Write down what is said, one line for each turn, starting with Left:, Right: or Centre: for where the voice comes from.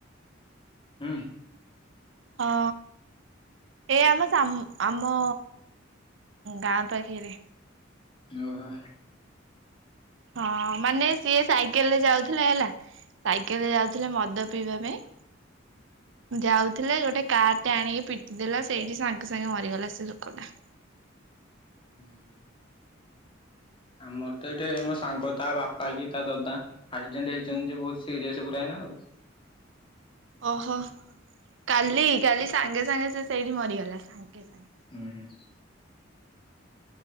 Left: ହୁଁ
Right: ହଁ ଏ ଆମ ସା ଆମ ଗାଁ ପାଖରେ
Left: ଓହୋ
Right: ହଁ ମାନେ ସିଏ ସାଇକେଲ ରେ ଯାଉଥିଲା ହେଲା ସାଇକେଲରେ ଯାଉଥିଲେ ମଦ ପିଇବା ପାଇଁ ଯାଉଥିଲେ ଗୋଟେ କାର ଟେ ଆଣିକି ପିଟି ଦେଲା ସେଇଠି ସାଙ୍ଗେ ସାଙ୍ଗେ ମରିଗଲା ସେ ଲୋକଟା
Left: ହୁଁ ଆମର ତ ଏଠି ମୋ ସାଙ୍ଗ ତା ବାପା କି ତା ଦାଦା ଆକ୍ସିଡେଣ୍ଟ ହେଇଛନ୍ତି ଯେ ବହୁତ ସିରିୟସ ପୁରା ଏଇନା ଆଉ
Right: ଓହୋ କାଲି କାଲି ସାଙ୍ଗେ ସାଙ୍ଗେ ସେ ସେଇଠି ମରିଗଲା ସାଙ୍ଗେ ସାଙ୍ଗ
Left: ହୁଁ ହୁଁ।